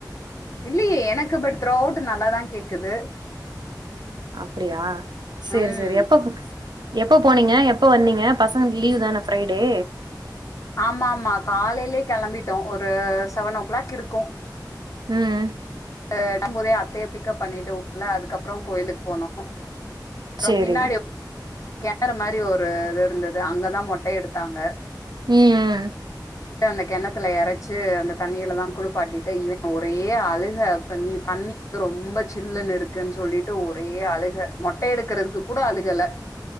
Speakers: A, on the left (about 45°); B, on the right (about 70°).
A: இல்லயே எனக்கு பட் த்ரோ அவுட்டு நல்லா தா கேக்குது
B: அப்டியா செரி
A: ம்
B: செரி எப்ப எப்போ போனீங்க எப்போ வந்தீங்க பசங்களுக்கு லீவு தான ஃப்ரைடே
A: ஆமா ஆமா காலையிலே கெளம்பிட்டோம் ஒரு செவன் ஓ கிளாக் இருக்கும்
B: ம்
A: ஆ டம்போதே அத்தைய பிக்கப் பண்ணிட்டு உடனு இல்ல அதுக்கப்பறம் கோயிலுக்கு போனோம் அப்புறம்
B: சேரி
A: பின்னாடி <inaudible> இது கெணறு மாரி ஒரு இது இருந்தது அங்கதா மொட்ட எடுத்தாங்க
B: ம் ம்
A: டு அந்த கெணத்துல எரச்சி அந்த தண்ணியில தா குளுப்பாட்டிட்டு இவன் ஒரே அழுக தண்ணி தண்ணி வந்து ரொம்ப சில்லுனு இருக்குன் சொல்லிட்டு ஒரே அழுக மொட்ட எடுக்கறதுக்கு கூட அழுகல